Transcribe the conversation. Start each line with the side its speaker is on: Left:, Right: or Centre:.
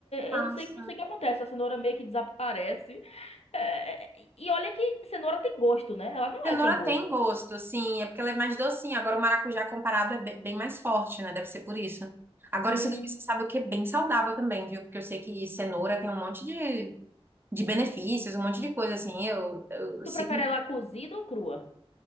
Right: Massa.
Left: eu não sei, não sei o que acontece, a cenoura meio que desaparece. É, é, e olha que cenoura tem gosto, né? Ela não
Right: Cenoura
Left: é sem gosto.
Right: tem gosto, sim. É porque ela é mais docinha. Agora, o maracujá comparado é be- bem mais forte, né? Deve ser por isso. Agora,
Left: Hum,
Right: isso daqui você sabe o que é bem saudável também, viu? Porque eu sei que cenoura tem um monte de, de benefícios, um monte de coisa, assim. Eu, eu,
Left: tu
Right: sigo
Left: prefere ela cozida ou crua?